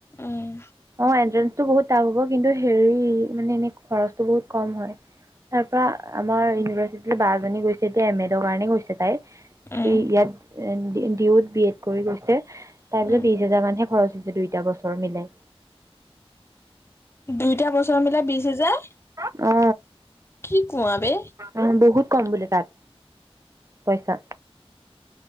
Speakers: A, on the left (about 25°); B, on the right (about 30°).
A: উম
B: অন্তেনচ্ছ। বহুত টাপ হ'ব কিন্তু হেৰি মানে এনে খৰচটো বহুত কম হয়। তাৰ পৰাৰা আমাৰ ইউনিভাৰ্চিট বজনী গৈছে এতিয়া এম এডৰ কাৰণে গৈছে তাইত।
A: উম
B: ইয়াত ডি ইউত বি এড কৰি গৈছে তাৰ পিছত
A: উম
B: বিশ হাজাৰ মানহে। খৰচ হৈছে দুইটা বছৰ মিলাই
A: দুইটা বছৰ মিলাই বিশ হেজাৰ।
B: অ
A: কি কোৱা বে
B: অ বহুত কম বোলে তাত পইচা।